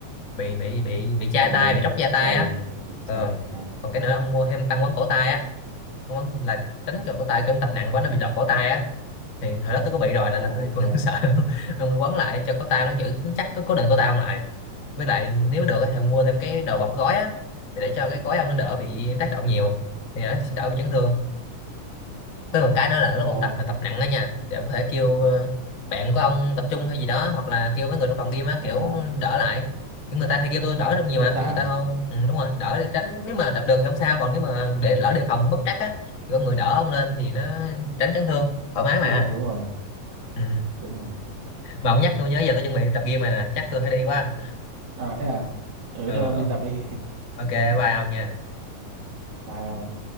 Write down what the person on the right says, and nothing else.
bị
ờ,
chày
bị chày
à
Ồ,
ok
ồ
<laughs>
à
béo
tạ
đúng rồi đúng rồi
đúng rồi
à thế à ừ
thôi ông
đi tập đi
<laughs> bye ông